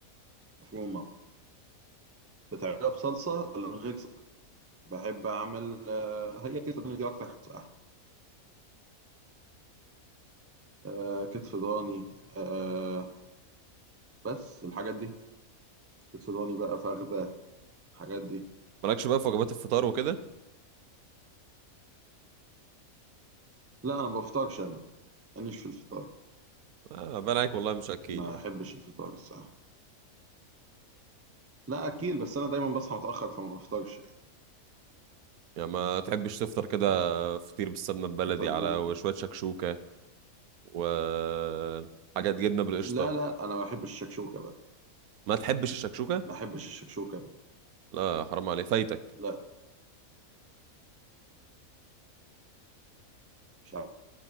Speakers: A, on the right; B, on the right.
A: مفرومه بتعملها بصلصة ولا من غير صلصة؟ بحب أعمل آه، هي كتف ضاني دي أكتر حاجة بصراحة. آه، كتف ضاني آه، بس الحاجات دي كتف ضاني بقى فخدة الحاجات دي
B: مالكش بقى في وجبات الفطار وكده
A: لا أنا ما بفطرش أنا ماليش في الفطار
B: آه باين عليك والله مش اكيل
A: ما
B: يعني
A: أحبش الفطار الصراحة لا أكيل بس أنا دايما بصحى متأخر فما بفطرش يعني
B: يعني ما تحبش تفطر كده فطير بالسمنه البلدي
A: فطار بال...
B: على وشويه شكشوكه وحاجات جبنه بالقشطه
A: لا لا أنا ما بحبش الشكشوكة بقى
B: ما تحبش الشكشوكه
A: ما أحبش الشكشوكة أنا.
B: لا حرام عليك فايتك
A: لا مش عارف